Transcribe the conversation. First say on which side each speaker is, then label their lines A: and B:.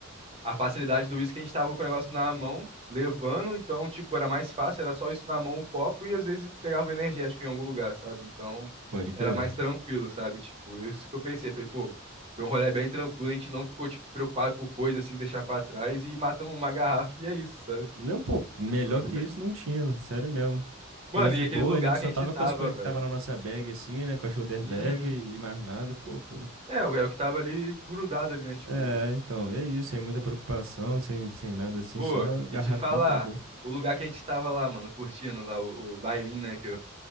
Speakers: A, on the right (about 25°); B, on the right (about 75°).
A: a facilidade do uísque, a gente tava com o negócio na mão, levando, então, tipo, era mais fácil, era só isso na mão, um copo, e às vezes pegava o energético em algum lugar, sabe? Então,
B: Pode crer.
A: era mais tranquilo, sabe? Tipo, é isso que eu pensei, falei, pô, foi um rolê bem tranquilo, a gente não ficou, tipo, preocupado com coisa, assim, deixar pra trás, e matamos uma garrafa, e é isso, sabe?
B: Não, pô, melhor
A: Tipo,
B: que isso não tinha, né? sério mesmo.
A: mano,
B: Coisa de
A: e aquele
B: boa,
A: lugar
B: a gente
A: que
B: só
A: a
B: tava
A: gente tava,
B: com as coisas
A: velho.
B: que tava na nossa bag, assim, né? Com a shoulder
A: Uhum.
B: bag e, e mais nada, pô. Coisa...
A: É, o é o que tava ali grudado ali, né? Tipo,
B: É, então, e é isso, sem muita preocupação, sem, sem nada assim,
A: pô,
B: só garrafinha
A: e te falar,
B: e acabou.
A: o lugar que a gente tava lá, mano, curtindo lá o, o bailinho, né? Que